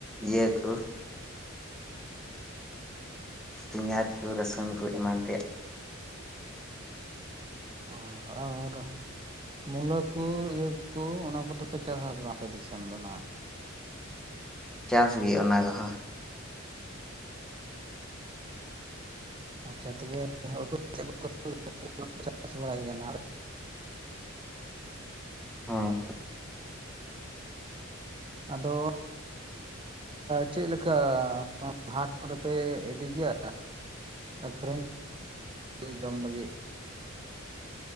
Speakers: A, in the centre; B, on the right.
A: ᱤᱭᱟᱹ ᱠᱚ ᱯᱮᱸᱭᱟᱡᱽ ᱠᱚ ᱨᱟᱹᱥᱩᱱ ᱠᱚ ᱮᱢᱟᱱ ᱛᱮᱭᱟᱜ
B: ᱚ ᱟᱨ ᱢᱩᱞᱟᱹ ᱠᱩ ᱤᱭᱟᱹ ᱠᱩ ᱚᱱᱟ ᱠᱚᱫᱚᱯᱮ ᱪᱟᱥ ᱟᱥᱮ ᱵᱟᱝ ᱟᱯᱮ ᱫᱤᱥᱚᱢ ᱫᱚ ᱱᱟᱜ
A: ᱪᱟᱥ ᱜᱮ ᱚᱱᱟ ᱠᱚᱦᱚᱸ
B: ᱟᱪᱷᱟ ᱛᱚᱵᱮ <unintelligible> ᱥᱮᱫ ᱠᱚ ᱪᱟᱥ ᱵᱟᱲᱟᱭᱟᱱᱟ
A: ᱦᱮᱸ
B: ᱟᱫᱚ ᱪᱮᱫ ᱞᱠᱟ ᱦᱟᱴ ᱦᱩᱲᱩ ᱯᱮ ᱤᱫᱤ ᱜᱮᱭᱟ ᱟᱹᱠᱷᱨᱤᱧ ᱡᱚᱢ ᱞᱟᱹᱜᱤᱫ